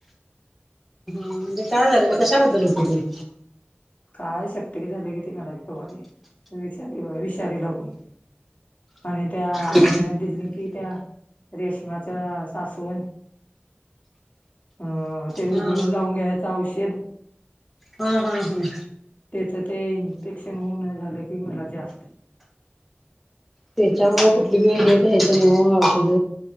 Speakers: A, in the centre; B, on the left (about 35°).
A: म्हणजे काय झालेल कशाबद्दल होतं ते?
B: काय शेपटीक झाल किती मला बी तवा बी विषारी बा विषारी लागून आणि त्या
A: ते
B: हिन दिली की त्या रेशमाच्या सासवण अ ते
A: हा
B: उगळून लावून घ्यायच औषध
A: हा हा हं.
B: त्याच ते इन्फेक्शन होऊन झालं की मला जास
A: त्याच्यामुळ कुठली बी घ्यायचं नही ओ औषध?